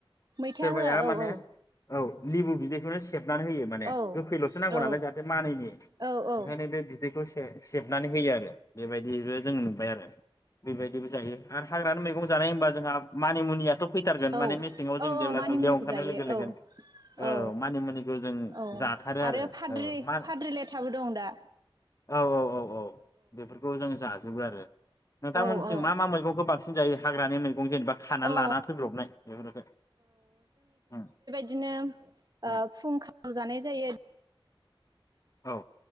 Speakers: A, on the right; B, on the left.
A: मैथा
B: सोरबाया
A: होआ औ
B: माने औ लेबु बिदैखौनो सेबनानै होयो माने
A: औ
B: गोखैल'सो नांगौ
A: औ
B: नालाय जाहाथे मानैैनि
A: औ
B: ओंखायनो बे बिदैखौ से सेबनानै होयो आरो। बेबायदिबो जों नुबाय आरो बेबायदिबो जायो आरो हाग्रानि मैगं जानाय होनबा जोंहा मानिमुनिया थ' फैथारगोन
A: औ
B: माने मेसेङाव
A: औ
B: जेब्ला
A: मानिमुनिखौ
B: दुब्लियाव ओंखारनाय
A: जायो
B: लोगो
A: औ
B: लोगोनो
A: औ
B: मानिमुनिखौ जों
A: औ
B: जाथारो
A: आरो फाद्रि
B: औ मा
A: फाद्रिलेथाबो दं दा।
B: औ औ औ औ बेफोरखौ जों जा जोबो आरो नोंथांमोनजों
A: औ
B: मा मा मैगं बां सिन जायो हाग्रानि मै गं जेनेबा खानानै
A: औ
B: लाना फैब्रबनाय बेफोरखौ उम
A: बिदिनो
B: उम
A: ओ फुंखा जानाय जायो।
B: औ।